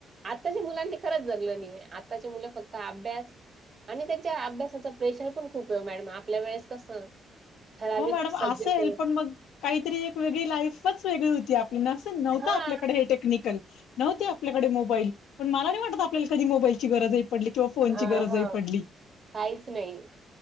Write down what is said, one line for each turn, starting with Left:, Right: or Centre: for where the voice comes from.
Right: आत्ताच्या मुलांनी खरंच जगलं नाही आत्ताचे मुलं फक्त अभ्यास, आणि त्याच्या अभ्यासाच प्रेशर पण खूप ये मॅडम आपल्या वेळेस कसं ठराविक
Left: हो मॅडम
Right: सब्जेक्ट
Left: असेल पण मग काहीतरी एक वेगळी लाईफ च वेगळी होती आपली न नव्हत
Right: हा.
Left: आपल्याकडे हे टेक्निकल नव्हते आपल्याकडे मोबाईल पण मला नाही वाटत आपल्याला कधी मोबाईलची गरजही पडली किंवा फोनची
Right: अ
Left: गरजही
Right: हा
Left: पडली.
Right: काहीच नाही